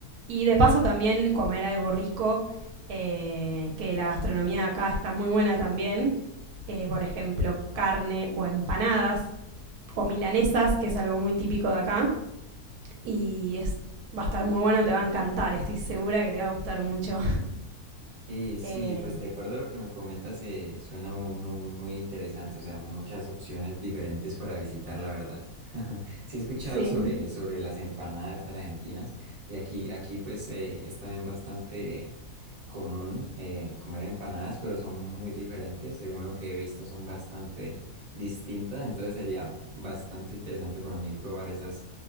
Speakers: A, on the right; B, on the right.
A: y de paso también comer algo rico, eh, que la gastronomía de acá está muy buena también, eh, por ejemplo, carne o empanadas o milanesas, que es algo muy típico de acá. Y es, va a estar muy bueno, te va a encantar, estoy segura que te va a gustar mucho.
B: Sí, sí,
A: Eh,
B: pues de acuerdo a lo que me comentas, eh, suena mu- mu- muy, interesante, o sea, muchas opciones diferentes para visitar, la verdad. <laughs> Sí he escuchado
A: sí.
B: sobre, sobre las empanadas argentinas y aquí, aquí pues eh, es también bastante común eh, comer empanadas, pero son muy diferentes, según lo que he visto, son bastante distintas, entonces sería bastante interesante para mí probar esas,